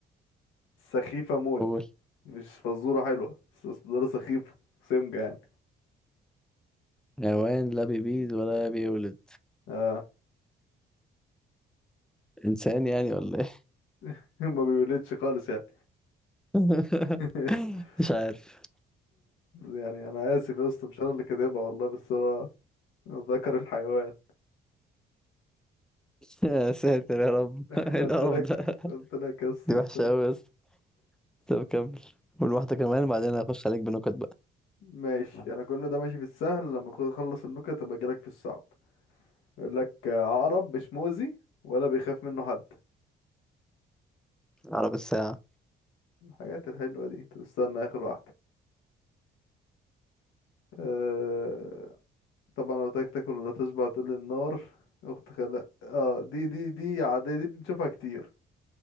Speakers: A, on the left; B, in the centre.
A: سخيفة موت
B: قول
A: مش فزورة حلوة بس فزورة سخيفة سمجة يعني
B: حيوان لا بيبيض ولا بيولد
A: اه
B: انسان يعني ولا ايه
A: <laughs> ما بيولدش خالص يعني
B: <laughs>
A: <laughs>
B: مش عارف
A: يعني انا اسف يا اسطى مش انا اللي كاتبها والله بس هو ذكر الحيوان
B: يا ساتر يا رب
A: قلت
B: <laughs> إيه القرف
A: لك
B: ده
A: قلت لك يس
B: دي
A: قلت
B: وحشه
A: لك
B: قوي بس طب كمل قول واحده كمان وبعدين هخش عليك بنكت بقى
A: ماشي انا كل ده ماشي في السهل لما أخ- اخلص النكت ابقى اجيلك في الصعب يقول لك عقرب مش مؤذي ولا بيخاف منه حد
B: عرب الساعه
A: الحاجات الحلوه دي طب استنى اخر واحده أه... طبعا لو تاكل تاكل ولا تشبع تقول لي النار اخت خالك اه دي دي دي عاديه دي بنشوفها كتير